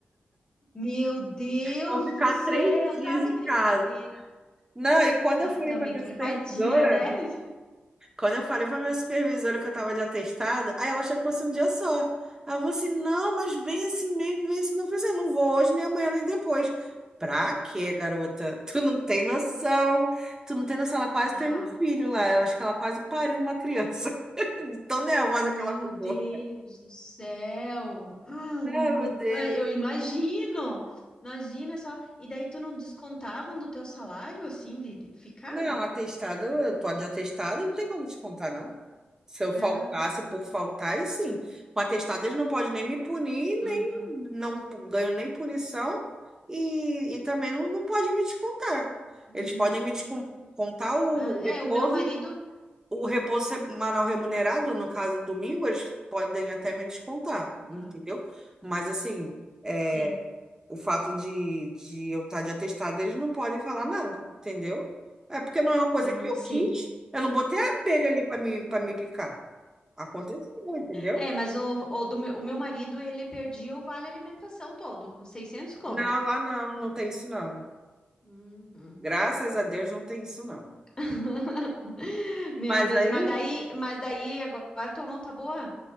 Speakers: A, on the left; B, on the right.
A: Meu Deus
B: Vou ficar
A: do céu,
B: três dias
A: tá de
B: em
A: brincadeira.
B: casa. Não, e quando
A: Mas
B: eu falei
A: também
B: para minha
A: tu
B: supervisora,
A: é vadia, né? <laughs>
B: quando eu falei para minha supervisora que eu estava de atestado, aí ela achou que fosse um dia só. Ela falou assim: não, mas vem assim mesmo, vem assim. mesmo. Eu falei assim: eu não vou hoje, nem amanhã, nem depois. Pra quê, garota? <laughs> Tu não tem noção. Tu não tem noção. Ela quase
A: Ah.
B: teve um filho lá. Eu acho que ela quase pariu uma criança. <laughs> Tão nervosa
A: Meu
B: que ela ficou.
A: Deus do céu! Ah,
B: Ai, meu Deus.
A: ai, Eu imagino! Imagina só. E daí tu não descontavam do teu salário, assim, de, de ficar?
B: Não, atestado, eu tô de atestado, não tem como descontar, não. Se eu faltasse
A: Ah, sim.
B: por faltar, aí sim. Com atestado, eles não podem nem me punir,
A: Aham.
B: nem não p- ganho nem punição e, e também não, não pode me descontar.
A: Uhum.
B: Eles podem me descontar o
A: Ah,
B: repouso,
A: é, o meu marido.
B: o repouso semanal remunerado, no caso domingo, eles podem até me descontar, entendeu?
A: Aham.
B: Mas assim. é,
A: Sim.
B: o fato de, de eu estar de atestado, eles não podem falar nada, entendeu? É porque não é uma coisa
A: Ah,
B: que eu
A: sim.
B: quis. Eu não botei a abelha ali para me, para me picar. Aconteceu, entendeu?
A: É, mas o, o, do meu, o meu marido, ele perdia o vale alimentação todo, os 600 conto.
B: Não, lá não, não tem isso não.
A: Uhum.
B: Graças a Deus não tem isso não.
A: <laughs> Meu
B: Mas
A: Deus,
B: aí
A: mas daí, mas daí agora tua mão tá boa?